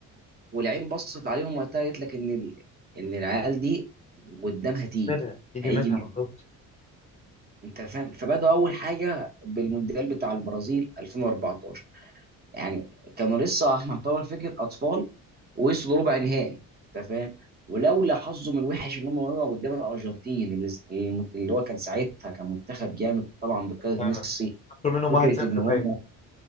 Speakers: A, on the right; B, on the left.
A: والعين بصت عليهم وقتها قالت لك ان ال... ان العيال دي قدامها تيجي
B: منها يجي
A: هيجي
B: منها
A: مين
B: بالظبط
A: انت فاهم فبدأوا اول حاجه بالمونديال بتاع البرازيل 2014 يعني كانوا لسه <laughs> يعتبر فكره اطفال ووصلوا ربع نهائي انت فاهم ولولا حظهم الوحش ان هم وقعوا قدام الارجنتين اللي اللي هو كان ساعتها كان منتخب جامد طبعا بقياده
B: فعلا
A: ميسي
B: خسروا منهم
A: فكره
B: 1-0
A: ان هم
B: باين